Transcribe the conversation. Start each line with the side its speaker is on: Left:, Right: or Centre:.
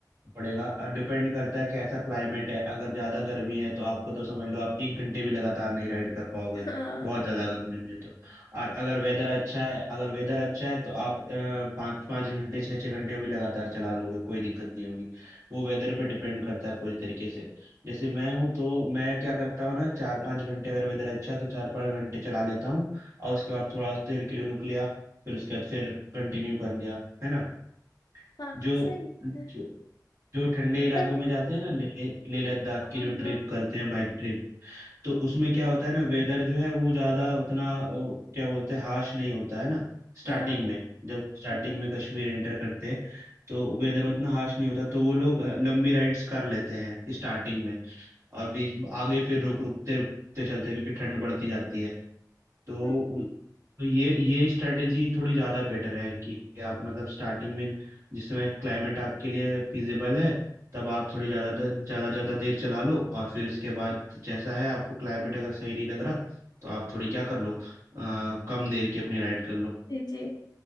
Right: पड़ेगा डिपेंड करता है कैसा क्लाइमेट है अगर ज़्यादा गर्मी है तो आपको तो समझ लो आप एक घंटे भी लगातार नहीं राइड कर पाओगे
Left: हाँ
Right: बहुत ज़्यादा अगर गर्मी है तो और अगर वेदर अच्छा है अगर वेदर अच्छा है तो आप अ, पाँच पाँच घंटे छः छः घंटे भी लगातार चला लोगे कोई दिक्कत नहीं होगी वो वेदर पे डिपेंड करता है पूरी तरीके से जैसे मैं हूँ तो मैं क्या करता हूँ ना चार पाँच घंटे अगर वेदर अच्छा है तो चार पाँच घंटे चला लेता हूँ और उसके बाद थोड़ा देर के लिए रुक लिया फिर उसके बाद फिर कंटिन्यू कर लिया है ना
Left: हाँ
Right: जो
Left: सही बात
Right: जो जो ठंडे इलाकों
Left: है
Right: में जाते हैं ना ले ले लद्दाख
Left: हाँ
Right: की जो
Left: हाँ
Right: ट्रिप करते हैं बाइक ट्रिप तो उसमें क्या होता है ना वेदर जो है वो ज़्यादा उतना ओ, क्या बोलते हैं हाश नहीं होता है ना स्टार्टिंग
Left: हाँ,
Right: में जब स्टार्टिंग
Left: जी
Right: में कश्मीर एंटर करते हैं तो वेदर उतना हाश नहीं होता तो वो लोग अ, लंबी राइड्स कर लेते हैं स्टार्टिंग में और बीच आगे फिर रुक रुकते रुकते चलते हैं क्योंकि ठंड बढ़ती जाती है तो
Left: हम्म,
Right: उ- तो ये ये स्ट्रेटेजी थोड़ी ज़्यादा बेटर है कि आप मतलब स्टार्टिंग में जिस समय क्लाइमेट आपके लिए फिजिबल है तब आप थोड़ी ज़्यादा ज़्यादा ज़्यादा देर चला लो और फिर उसके बाद जैसा है आपको क्लाइमेट अगर सही नहीं लग रहा तो आप थोड़ी क्या कर लो अ, कम देर की अपनी राइड कर लो
Left: जी जी